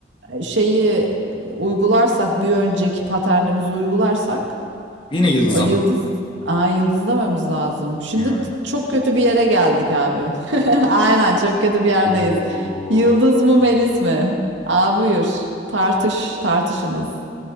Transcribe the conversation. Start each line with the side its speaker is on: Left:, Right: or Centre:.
Right: şeyi uygularsak bir önceki paternimizi uygularsak
Left: Yine Yıldız
Right: o yıldız
Left: abla.
Right: Aa, yıldız dememiz lazım. Şimdi
Left: Yani.
Right: t- çok kötü bir yere geldik abi. <laughs> Aynen çok kötü bir yerdeyiz.
Left: Oo.
Right: Yıldız mı Melis mi? Aa buyur. Tartış, tartışınız.